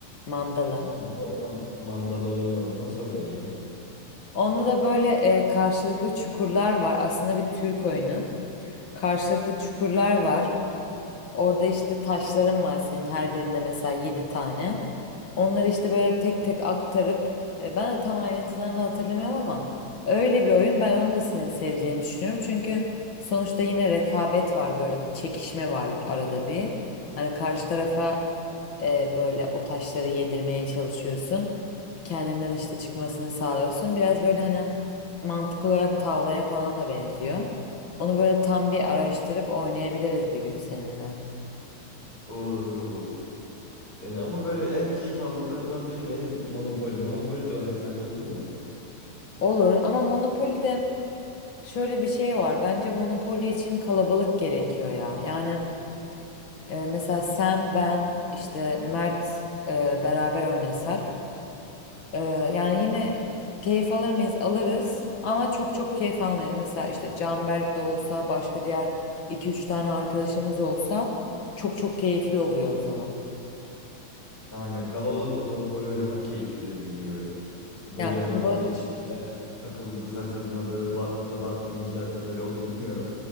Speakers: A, on the left; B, on the left.
A: Mandala.
B: Yo, ben mandala oynamadım. Nasıl oynanıyor?
A: Onda da böyle e, karşılıklı çukurlar var. Aslında bir Türk oyunu. Karşılıklı çukurlar var. Orada işte taşların var senin her birinde mesela 7 tane. Onları işte böyle tek tek aktarıp e, ben de tam ayrıntılarını hatırlamıyorum ama öyle bir oyun ben onu da senin seveceğini düşünüyorum. Çünkü sonuçta yine rekabet var böyle çekişme var arada bir. Hani karşı tarafa e, böyle o taşları yedirmeye çalışıyorsun. Kendinden işte çıkmasını sağlıyorsun. Biraz böyle hani mantık olarak tavlaya falan da benziyor. Onu böyle tam bir araştırıp oynayabiliriz bir gün seninle.
B: Olur olur. Ee, ama böyle en keyif aldıklarımdan biri benim Monopoly. Monopoly de oynasak olur mu?
A: Olur ama Monopoly'de şöyle bir şey var. Bence Monopoly için kalabalık gerekiyor ya. Yani e, mesela sen, ben, işte Mert e, beraber oynasak. e, yani yine keyif alır mıyız? Alırız. Ama çok çok keyif almayız. Mesela işte Canberk de olsa, başka diğer iki üç tane arkadaşımız olsa çok çok keyifli oluyor o zaman.
B: Aynen kalabalıkla Monopoly oynamak keyifli dediğin gibi. Böyle
A: Yani
B: hani
A: kalabalık.
B: o geç Takıldı takılmadı, battı batmayacak böyle o bilmiyorum.